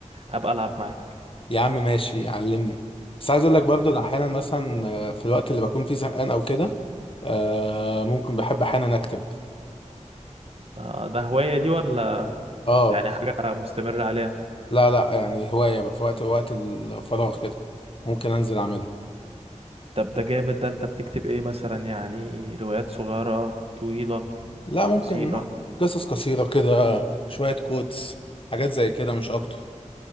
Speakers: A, on the right; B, on the left.
A: ابقى العب معاك
B: يا عم ماشي علمني بس عايز اقول لك برضه
A: إيش.
B: أنا احيانا مثلا آه، في الوقت اللي بكون فيه زهقان او كده أه ممكن بحب احيانا اكتب
A: ده ده هواية دي ولا
B: اه
A: يعني حاجة مستمرة عليها
B: لا لا يعني هوايه في وقت وقت الفراغ كده ممكن انزل اعملها
A: طب ده جامد ده انت بتكتب ايه مثلا يعني روايات صغيرة طويلة
B: لا ممكن
A: قصيرة
B: قصص قصيرة كده شوية كوتس حاجات زي كده مش أكتر